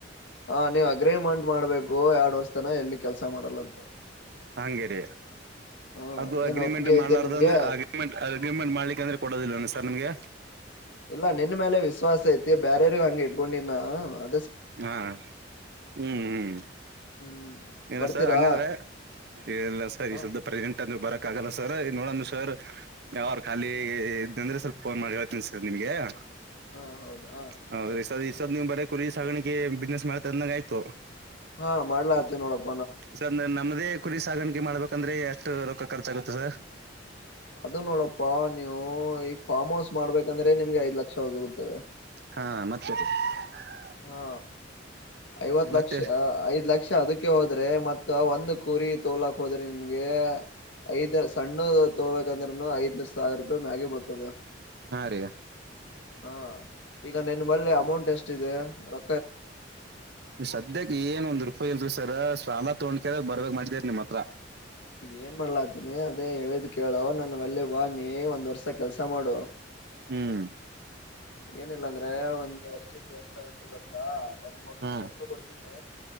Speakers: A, on the left (about 70°); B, on the right (about 60°).
A: ಹ, ನೀವ್ ಅಗ್ರೇಮಂಟ್ ಮಾಡ್ಬೇಕು ಎರಡ್ ವರ್ಷ ತನ ಎಲ್ಲಿ ಕೆಲ್ಸ ಮಾಡಲ್ಲ ಅಂತ.
B: ಹಂಗೇರಿ
A: ಹ
B: ಅದು ಅಗ್ರಿಮೆಂಟ್
A: ಏನ್ ಒಪ್ಪಿಗೆ
B: ಮಾಡ್ಲಾರು
A: ಐತೆ ನಿಮ್ಗೆ
B: ಅಂದ್ರೆ, ಅಗ್ರಿಮೆಂಟ್- ಅಗ್ರಿಮೆಂಟ್ ಮಾಡ್ಲಿಲ್ಲ ಅಂದ್ರೆ ಕೊಡೋದಿಲ್ಲ ಸರ್ ನಿಮ್ಗೆ
A: ಇಲ್ಲ ನಿನ್ ಮೇಲೆ ವಿಶ್ವಾಸ ಐತಿ ಬೇರ್ರ ಹಂಗಗೆ ಇಟ್ಕೊಂಡಿನ ಅ
B: ಹಾ ಹ್ಮ್ ಹ್ಮ್
A: ಹ್ಮ್
B: ಇಲ್ಲ
A: ಬರ್ತೀರಾ
B: ಸರ್ ಹಂಗಾದ್ರ ಇಲ್ಲ ಸರ್
A: ಹ
B: ಈ ಸವಲ್ದ ಪ್ರೆಸೆಂಟ್ ಬರಕ್ ಆಗಲ್ಲ ಸರ್ ನೋಡ ಸರ್ ಅವ್್ರ ಖಾಲಿ ಇದ್ದಂದ್ರೆ ಸ್ವಲ್ಪಫೋನ್ ಮಾಡಿ ಹೇಳ್ತೀನಿ ಸರ್ ನಿಮಗೆ <unintelligible>
A: ಹ ಹೌದಾ
B: ಹೌದೆ ಈದ ನೀ್ ಬರ ಕುರಿ ಸಾಗಿಕೆ ಬಿಸ್ನೆಸ್ ಮಾಡತ ಅಂದಂಗ ಆಯ್ತು
A: ಹಾ ಮಾಡ್ಲಾ ಆತವ ನೋಡಪ್ಪ
B: ಸರ್ಂದ ನಮದೇ ಕುಡಿ ಸಾಗಾಣಿಕೆ ಮಾಡ್ಬೇಕಂದ್ರೆ ಎಷ್ಟು ರೊಕ್ಕ ಖರ್ಚಾಗುತ್ತೆ ಸರ್
A: ಅದು ನೋಡಪ್ಪಾ ನೀವು ಈಗ ಫ್ಮ್ ಹೌಸ್ ಮಾಡ್ಬೇಕಂದ್ರೆ ನಿಮ್ಗೆ ಐದ್ ಲಕ್ಷದಗುತ್ತವೆ
B: ಹಾ ಮತ್ತರಿ <unintelligible>
A: ಹಾ ಐವತ್ ಲಕ್ಷ
B: ಮತ್ತೆ
A: ಐದ್ ಲಕ್ಷ ಅದಕ್ಕೆ ಹೋದ್ರೆ ಮತ್ತ ಒಂದು ಕುರಿ ತೋಲಾಕ್ ಹೋದ್ರೆ ನಿನ್ಗೆ ಐದ್ ಸಣ್ಣ ತೋಬೇಕಂದ್ರನು ಐದ್ನ ಸಾವಿರ ರೂಪಾಯಿ ಮ್ಯಾಗೆ ಬರ್ತದೆ
B: ಹಾ ರೀ
A: ಹಾ ಈಗ ನಿನ್ ಬಲ್ಲ ಅಮೌಂಟ್ ಎಷ್ಟಿದೆ ರ
B: ಸದ್ಯಕ್ಕೆ ಏನ್ ಒಂದ್ ರೂಪಾಯಿ ಇಲ್ರಿ ರ ಸಾಲ ತೊೊಂಡ್ಕ ಬರ್ಬೇಕಕ್ ಮಾಡಿದೀರ್ ನಿಮ್ಮ್ ಹತ್ರ.
A: ಈ ಏನ್ ಮಾಡ್ಲಾತೀನಿ ಅದೇ ಹೇಳಿದ್ ಕೇಳೋ ನನ್ನ ಒಳ್ಳೆ ಬಾಣಿ ಒಂದ್ ವರ್ಷ ಕೆಲ್ಸ ಮಾಡು.
B: ಹ್ಮ್.
A: ಏನಿಲ್ಲ ಅಂದ್ರೆ ಒಂದ್ ವರ್ಷಕ್ಕೆ ಎಷ್ಟ ಆಾಗುತ್ತೆ ಗೊತ್ತಾ. ಒಂದ್ ಮೂರ್
B: ಹಾ
A: ಲಕ್ಷ ರೂಪಾಯಿ ಕೊಡ್ತೀನೆ.